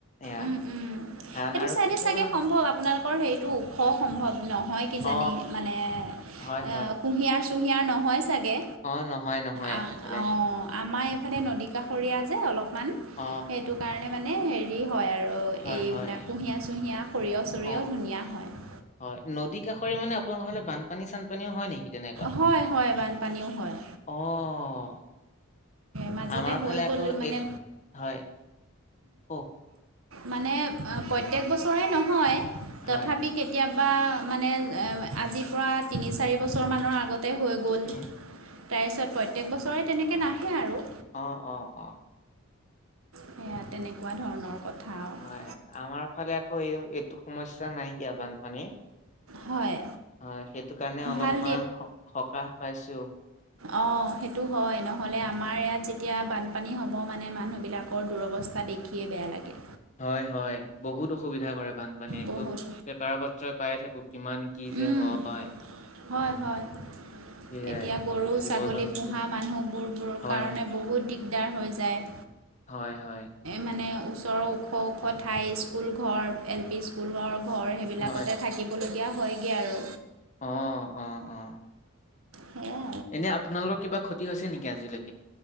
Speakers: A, on the left; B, on the right.
A: এয়া
B: উম উম
A: ধান আৰু
B: চাইডে
A: কেতিয়াবা
B: চাগে সম্ভৱ আপোনালোকৰ সেইটো ওখ সম্ভৱ নহয় কিজানি
A: অ
B: মানে এ
A: হয় হয়
B: কুঁহিয়াৰ চুহিয়াৰ নহয় চাগে
A: অ নহয় নহয়
B: আহ
A: সেইফালে
B: অ', আমাৰ ইফালে নদী কাষৰীয়া যে অলপমান
A: অ
B: সেইটো কাৰণে মানে হেৰি হয় আৰু
A: হয়
B: এইবিলাক
A: হয়
B: কুঁহিয়া চুহিয়া সৰিয়হ চৰিয়হ
A: অ
B: ধুনীয়া হয়।
A: হয় নদী কাষৰে মানে আপোনালোকৰ হ'লে বানপানী চানপানীও হয় নেকি? তেনেকুৱা
B: হয়, হয় বানপানীও হয়।
A: অ'।
B: মাজতে
A: আমাৰ
B: হৈ
A: ফালে
B: গ'ল
A: আকৌ
B: মানে।
A: এই হয়। কওক
B: মানে প্ৰত্যেক বছৰে নহয়
A: হয়
B: তথাপি কেতিয়াবা মানে আজিৰ পৰা তিনি চাৰি বছৰমানৰ আগত ততে হৈ গ'ল
A: উম
B: তাৰপিছত প্ৰত্যেক বছৰে তেনেকৈ নাহে আৰু
A: অ', অ', অ'।
B: সেয়া তেনেকুৱা ধৰণৰ কথা আৰু
A: হয় আমাৰ ফালে আকৌ এই এইটো সমস্যা নাইকিয়া বানপানীৰ।
B: হয়
A: হয় সেইটো কাৰণে অলপমান
B: ভাল
A: সকাহ পাইছোঁ।
B: অ', সেইটো হয় নহলে আমাৰ ইয়াত যেতিয়া বানপানী হ'ব মানে মানুহবিলাকৰ দুৰৱস্থা দেখিয়েই বেয়া লাগে।
A: হয়, হয় বহুত অসুবিধা কৰে বানপানীয়ে এইটো
B: বহুত
A: পেপাৰ পত্ৰই পাই থাকো। কিমান কি যে
B: উম
A: হয়।
B: হয়, হয়।
A: সেয়াই
B: এতিয়া গৰু
A: জীৱ
B: ছাগলী
A: জন্তু
B: পোহা মানুহবোৰোৰ
A: হয়
B: কাৰণে বহুত দিগদাৰ হৈ যায়।
A: হয়, হয়।
B: মানে ওচৰৰ ওখ, ওখ ঠাই স্কুল ঘৰ এল পি স্কুলৰ ঘৰ সেইবিলাকতে
A: হয়
B: থাকিবলগীয়া হয়গৈ আৰু।
A: অ', অ', অ'।
B: সেয়া।
A: এনে আপোনালোকৰ কিবা ক্ষতি হৈছে নেকি আজিলৈকে?